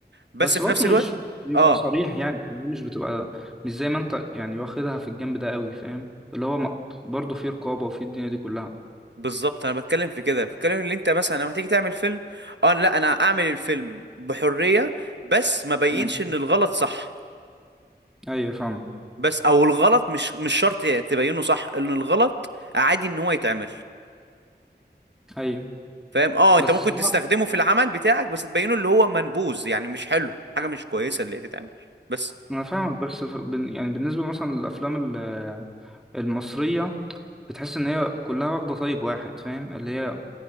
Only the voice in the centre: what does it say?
بس
برضه
مش
بيبقى
صريح يعني يعني مش بتبقى مش زي ما انت يعني واخدها في الجنب ده قوي فاهم اللي هو ما- برضه في رقابه وفي الدنيا دي كلها
مم.
ايوه فاهمك
ايوه
بس
انا
انا فاهمك بس ف... بن- يعني بالنسبه مثلا للافلام ال- المصريه بتحس ان هي كلها واخده طيب واحد فاهم اللي هي